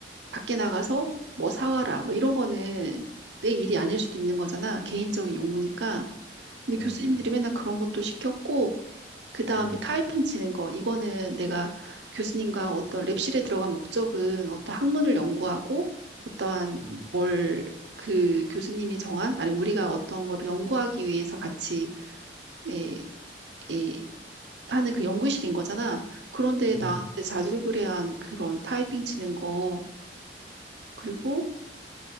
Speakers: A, on the right; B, on the left.
A: 밖에 나가서 뭐 사와라. 뭐 이런 거는 내 일이 아닐 수도 있는 거잖아. 개인적인 용무니까. 근데
B: 어,
A: 교수님들이 맨날 그런 것도 시켰고, 그 다음에
B: 음,
A: 타이핑 치는 거. 이거는 내가 교수님과 어떤 랩실에 들어간 목적은 어떤 학문을 연구하고 어떠한
B: 음,
A: 뭘 그 교수님이 정한, 아니 우리가 어떤 거를 연구하기 위해서 같이 에, 에, 하는 그 연구실인 거잖아. 그런데
B: 음,
A: 나한테 자질구레한 그런 타이핑 치는 거, 그리고